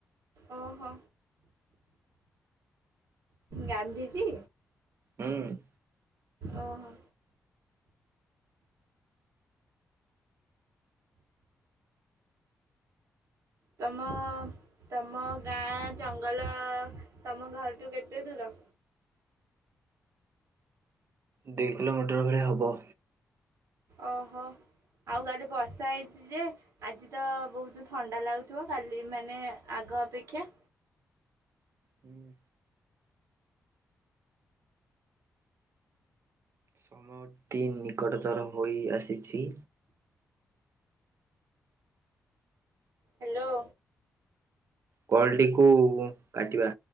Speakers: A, on the right (about 75°); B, on the right (about 60°).
A: ଓହୋ ଗାନ୍ଧୀଜୀ
B: ହୁଁ
A: ଓହୋ ତମ ତମ ଗାଁ ଜଙ୍ଗଲ ତମ ଘରଠୁ କେତେ ଦୂର?
B: ଦୁଇ କିଲୋମିଟର ଭଲିଆ ହବ।
A: ଓହୋ ଆଉ କାଲି ବର୍ଷା ହେଇଛି ଯେ ଆଜି ତ ବହୁତ ଥଣ୍ଡା ଲାଗୁଥିବ କାଲି ମାନେ ଆଗ ଅପେକ୍ଷା?
B: ହୁଁ ସମୟଟି ନିକଟତର ହୋଇ ଆସିଛି।
A: ହ୍ୟାଲୋ।
B: କଲଟିକୁ କାଟିବା।